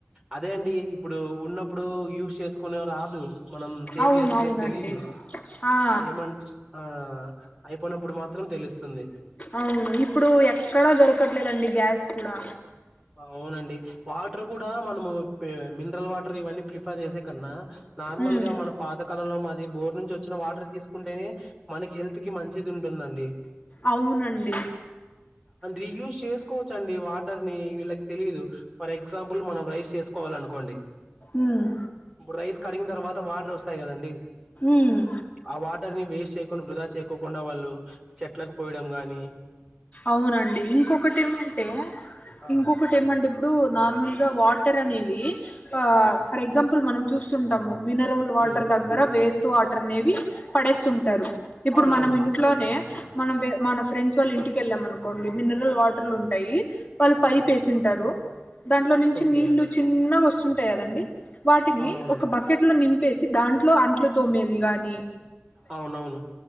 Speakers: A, on the right; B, on the left.
A: అదే అండి. ఇప్పుడు ఉన్నప్పుడు యూచ్ చేసుకునే రాదు. మనం సేవ్
B: అవును
A: చేసుకునే
B: అవునండి
A: తెలీదు
B: ఆ
A: ఏమంట ఆ అయిపోయినప్పుడు మాత్రం తెలుస్తుంది
B: అవును ఇప్పుడు ఎక్కడా దొరకట్లేదండి గ్యాస్ కూడా
A: అవునండి. వాటర్ కూడా మనము మినరల్ వాటర్ ఇవన్నీ ప్రిఫర్ చేసే కన్నా నార్మల్
B: ఉమ్
A: గా మన పాతకాలంలో మాది బోర్ నుంచి వచ్చిన వాటర్ తీసుకుంటేనే మనకి హెల్త్ కి మంచిది ఉంటుందండి
B: అవునండి
A: రియూస్చేసుకోవచ్చుండి వాటర్ ని వీళ్ళకి తెలీయదు ఫర్ ఎగ్జాంపుల్ బ్బులు మనం రైస్ చేసుకోవాలి అనుకోండి
B: ఉమ్
A: ఇప్పుడు రైస్ కడిగిన తర్వాత వాటర్ వస్తాయి కదండి
B: ఉమ్
A: ఆ వాటర్ ని వేస్ట్ చేయకుండా వృధా చేయకోకుండా వాళ్ళు చెట్లకు పోయడం గాని
B: అవునండి ఇంకొకటి ఏమంటే
A: ఆ!
B: ఇంకొకటి ఏమండి ఇప్పుడు నార్మల్ వాటర్ అనేవి ఆ ఫర్ ఎగ్జాంపుల్ మనం చూస్తుంటాము మినరల్
A: హ్మ్.
B: వాటర్ దగ్గర వేస్ట్ వాటర్ అనేవి పడేస్తుంటారు ఇప్పుడు
A: అవునవును.
B: మనం ఇంట్లోనే మనం మన ఫ్రెండ్స్ వాళ్ళ ఇంటికి వెళ్ళాం అనుకోండి మినరల్ వాటర్లు ఉంటాయి వాళ్ళు పై
A: ఆ!
B: ప వేసింటారు దాంట్లో నుంచి
A: ఓకే.
B: నీళ్లు చిన్నగా వస్తుంటాయి కదండి వాటిని
A: అవునవునండి.
B: ఒక బకెట్ లో నింపి ప్పేసి దాంట్లో అట్లు తోమ్మేది గాని
A: అవునవును